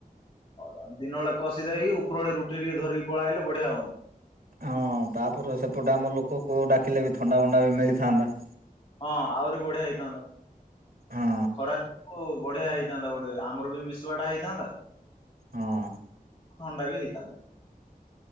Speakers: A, on the left; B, on the right.
A: <unintelligible> ଦିନ ବେଳେ କଷି ଦେଇେକି ଉପରବୋଳି ରୁଟି ଟିକେ ଧରିକି ପଳେଇଆଇଲେ ବଢିଆ ହୁଅନ୍ତି।
B: ହଁ ତାପରେ ସେପଟେ ଆମ ଲୋକକୁ ଡାକିଲେ ବି ଥଣ୍ଡାଭଣ୍ଡା ବି ମିଳିଥାନ୍ତା।
A: ହଁ ଆହୁରି ବଢିଆ ହେଇଥାନ୍ତା
B: ହଁ।
A: ଖରା କୁ ବଢିଆ ହେଇଥାନ୍ତା ଗୋଟେ ଆମର ବି ମିଶୁଆଟା ହେଇଥାନ୍ତା
B: ହଁ
A: ଥଣ୍ଡା ବି ହେଇଥାନ୍ତା।